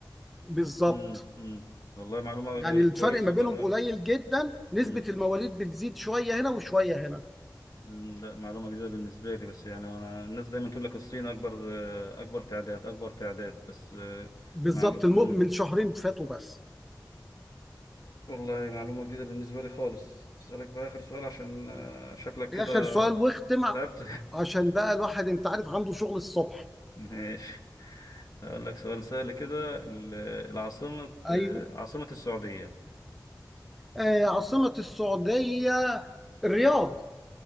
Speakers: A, in the centre; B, on the left.
A: بالظبط
B: امم امم والله معلومة
A: يعني الفرق
B: كويسة
A: ما
B: برضه
A: بينهم قليل جدا نسبة
B: امم
A: المواليد بتزيد شوية هنا وشوية هنا
B: أمم، لا معلومة جديدة بالنسبة لي بس يعني أنا الناس دايما تقول لك الصين أكبر آه، أكبر تعداد أكبر تعداد بس آه،
A: بالظبط
B: معلو... أمم.
A: الم- من شهرين فاتوا بس
B: والله معلومة جديدة بالنسبة لي خالص أسألك بقى آخر سؤال عشان آه، شكلك كده
A: آخر سؤال واختم
B: تعبت
A: عشان بقى الواحد أنت عارف عنده شغل الصبح
B: <laughs> ماشي أقول لك سؤال سهل كده ال- العاصمة
A: أيوه
B: آه، عاصمة السعودية
A: آه عاصمة السعودية الرياض